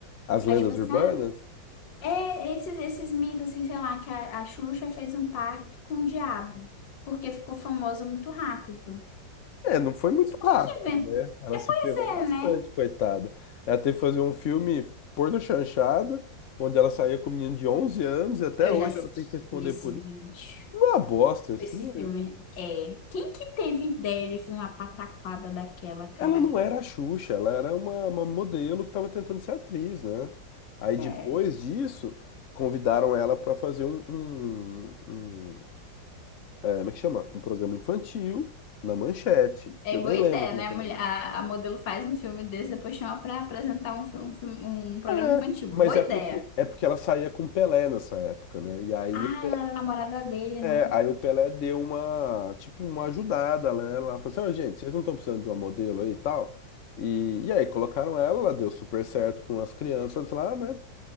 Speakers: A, on the left; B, on the left.
A: As lendas
B: Aí, tipo assim,
A: urbanas
B: ah, é esses, esses mitos, assim, sei lá, que a, a Xuxa fez um pacto com o diabo, porque ficou famosa muito rápido.
A: É, não foi muito rápido,
B: Quem que inventou?
A: né? Ela
B: É,
A: se
B: pois
A: ferrou bastante,
B: é, né?
A: coitada. Ela teve que fazer um filme porno chanchada, onde ela saía com um menino de 11 anos e até
B: Eu
A: hoje
B: já assisti
A: ela tem que responder
B: esse
A: por isso.
B: vídeo.
A: Esse filme é uma bosta. Esse
B: Esse
A: filme...
B: filme é. Quem que teve ideia de fazer uma pataquada daquela, cara?
A: Ela não era a Xuxa, ela era uma, uma modelo que estava tentando ser atriz, né? Aí depois
B: É,
A: disso, convidaram ela para fazer um, um, um, é, como é que chama? Um programa infantil na Manchete,
B: É
A: que eu
B: boa
A: nem
B: ideia,
A: lembro como
B: né?
A: é que
B: A, mulher-
A: é o nome.
B: a- a modelo faz um filme desse, depois chama pra apresentar um, filme, um filme- um programa
A: É,
B: infantil.
A: mas
B: Boa
A: é
B: ideia.
A: porque, é porque ela saía com o Pelé nessa época, né? E aí
B: Ah,
A: o
B: ela era namorada dele,
A: Pelé,
B: né?
A: aí o Pelé deu uma, tipo, uma ajudada, né? Ela falou assim, ó, gente, vocês não estão precisando de uma modelo aí e tal? E, e aí colocaram ela, ela deu super certo com as crianças lá, né?